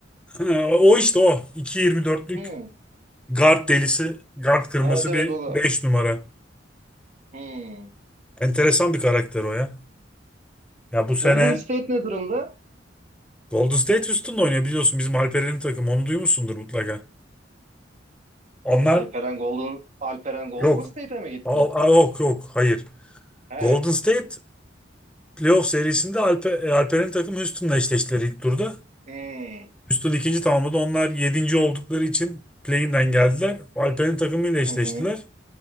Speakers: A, in the centre; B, on the right (about 40°).
A: Ha, O işte o. 2.24'lük
B: Hı.
A: guard delisi, guard kırması
B: Evet evet
A: bir
B: o da.
A: 5 numara.
B: Hı.
A: Enteresan bir karakter o ya. Ya bu sene
B: Golden State ne durumda?
A: Golden State Houston'da oynuyor biliyorsun bizim Alperen'in takımı onu duymuşsundur mutlaka. Onlar
B: Alperen Golden Alperen Golden
A: yok.
B: State'e mi gitti?
A: Al, al- yok yok hayır.
B: He.
A: Golden State playoff serisinde Alper, e, Alperen'in takımı Houston'la eşleştiler ilk turda.
B: Hmm.
A: Houston ikinci tamamladı. Onlar yedinci oldukları için play-in'den geldiler. Alperen'in takımıyla eşleştiler.
B: Hı hı.